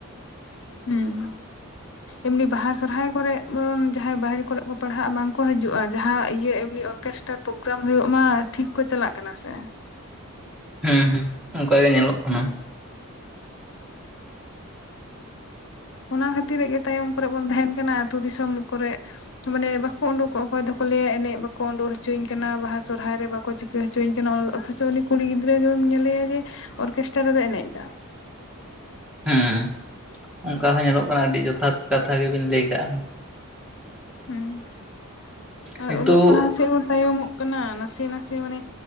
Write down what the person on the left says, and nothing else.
ᱦᱩᱸᱻ ᱮᱢᱱᱤ ᱵᱟᱦᱟ ᱥᱚᱨᱦᱟᱭ ᱠᱚᱨᱮ ᱵᱚᱱ ᱡᱟᱦᱟᱸᱭ ᱵᱟᱦᱨᱮ ᱠᱚᱨᱮ ᱠᱚ ᱯᱟᱲᱦᱟᱜᱼᱟ ᱵᱟᱝᱠᱚ ᱦᱤᱡᱩᱜᱼᱟ ᱡᱟᱦᱟᱸ ᱤᱭᱟᱹ ᱮᱵᱞᱤ ᱚᱨᱠᱼᱼ ᱠᱮᱥᱴᱟᱨ ᱯᱳᱜᱨᱟᱢ ᱦᱩᱭᱩᱜ ᱢᱟᱻ ᱴᱷᱤᱠ ᱠᱚ ᱪᱟᱞᱟᱜ ᱠᱟᱱᱟ ᱥᱮ
ᱚᱱᱟ ᱠᱷᱟᱹᱛᱤᱨᱮ ᱜᱮ ᱛᱟᱭᱚᱢ ᱠᱚᱨᱮᱜ ᱵᱚᱱ ᱛᱟᱦᱮᱱ ᱠᱟᱱᱟ ᱟᱹᱛᱩ ᱫᱤᱥᱚᱢ ᱠᱚᱨᱮᱜ ᱢᱟᱱᱮ ᱵᱟᱠᱚ ᱚᱰᱩᱠᱚᱜ ᱚᱠᱚᱭ ᱫᱚᱠᱚ ᱞᱟᱹᱭᱟ ᱮᱱᱮᱜ ᱵᱟᱠᱚ ᱩᱰᱜ ᱦᱚᱪᱚᱤᱧ ᱠᱟᱱᱟ ᱵᱟᱦᱟ ᱥᱚᱨᱦᱟᱭ ᱨᱮ ᱵᱟᱠᱚ ᱪᱤᱠᱟᱹ ᱦᱚᱪ ᱪᱚᱧ ᱠᱟᱱᱟ ᱚᱛᱷᱚᱪᱚ ᱩᱱᱤ ᱠᱩᱲᱤ ᱜᱤᱫᱽᱨᱟᱹ ᱜᱮᱢ ᱧᱮᱞᱮᱭᱟ ᱡᱮ ᱚᱨᱠᱮᱥᱴᱟᱨ ᱨᱮᱫᱚᱭ ᱮᱱᱮᱡ ᱮᱫᱟ
ᱦᱩᱸ
ᱟᱨ ᱚᱞᱚᱜ ᱯᱟᱲᱦᱟᱜ ᱥᱮᱜ ᱦᱚᱸᱵᱚ ᱛᱟᱭᱚᱢᱚᱜ ᱠᱟᱱᱟ ᱱᱟᱥᱮ ᱱᱟᱥᱮ ᱢᱟᱱᱮ